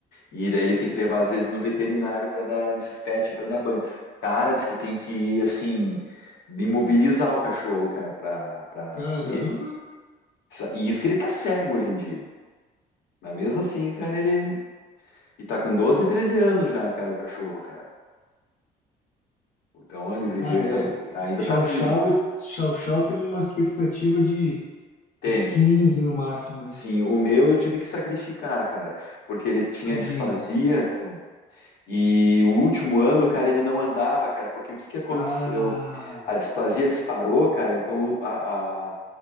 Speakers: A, on the left; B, on the left.
A: E daí ele tem que levar, às vezes, no veterinário pra dar, nesses pets, pra dar banho. Cara, diz que tem que, assim, imobilizar o cachorro, cara, pra. pra...
B: Caramba.
A: E, e isso que ele tá cego hoje em dia. Mas mesmo assim, cara, ele. E tá com 12, 13 anos já, cara, o cachorro, cara. Então ele viveu,
B: Ah, é.
A: tá- ainda
B: Chow
A: tá vivo.
B: Chow, Chow Chow tem uma expectativa de
A: Tem,
B: uns 15 no máximo, né?
A: Sim, o meu eu tive que sacrificar, cara, porque ele tinha
B: Tadinho.
A: displasia, cara, e o último ano, cara, ele não andava, cara, porque o que que aconteceu?
B: Ah,
A: A displasia disparou, cara, então a, a-